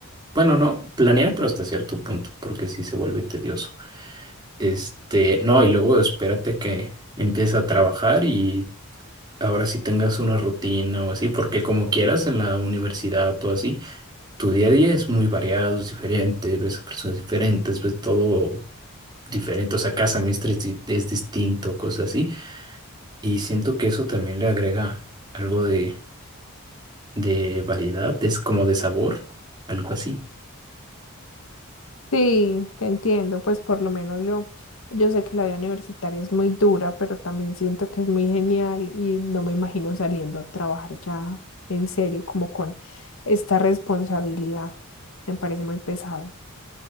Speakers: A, on the right (about 20°); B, on the left (about 65°).
A: bueno, no, planear pero hasta cierto punto, porque sí se vuelve tedioso. Este, no, y luego espérate que empieza a trabajar y ahora sí tengas una rutina o así, porque como quieras en la universidad o así, tu día a día es muy variado, es diferente, ves a personas diferentes, ves todo diferente, o sea, cada semestre es, di- es distinto, cosas así, y siento que eso también le agrega algo de, de variedad, es como de sabor, algo así.
B: Sí, te entiendo, pues por lo menos yo, yo sé que la vida universitaria es muy dura, pero también siento que es muy genial y no me imagino saliendo a trabajar ya en serio, como con esta responsabilidad, me parece muy pesado,